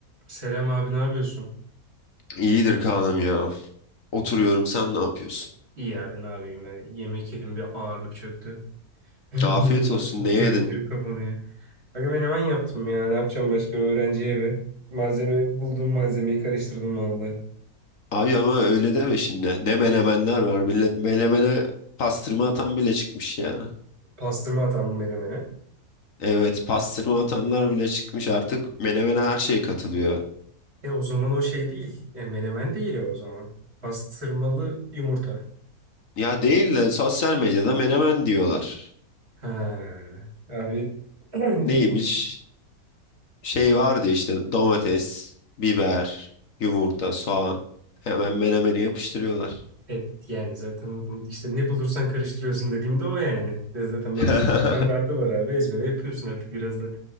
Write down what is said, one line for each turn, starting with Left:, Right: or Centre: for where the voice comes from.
Right: Selam abi ne yapıyorsun?
Left: İyidir Kaan'ım ya. Oturuyorum sen ne yapıyorsun?
Right: İyi abi ne yapayım ben yemek yedim bir ağırlık çöktü. <laughs>
Left: Afiyet olsun
Right: Gözlerim
Left: ne yedin?
Right: kapanıyor. Aga ben hemen yaptım ya ne yapacağım başka öğrenci evi. Malzeme bulduğum malzemeyi karıştırdım vallahi.
Left: Abi ama öyle deme şimdi. Ne menemenler var millet. Menemene pastırma atan bile çıkmış ya.
Right: Pastırma atam menemene.
Left: Evet pastırma atanlar bile çıkmış. Artık menemene her şey katılıyor.
Right: E o zaman o şey değil. E menemen değil o zaman. Pastırmalı yumurta.
Left: Ya değil de sosyal medyada menemen diyorlar.
Right: Ha, abi <clears throat>
Left: Neymiş?
Right: ilginç.
Left: Şey vardı işte domates, biber, yumurta, soğan. Hemen menemeni yapıştırıyorlar.
Right: Evet yani zaten o- işte ne bulursan karıştırıyorsun dediğimde o yani. Ya Zaten benim
Left: <laughs>
Right: standardı var abi ezbere yapıyorsun artık biraz da.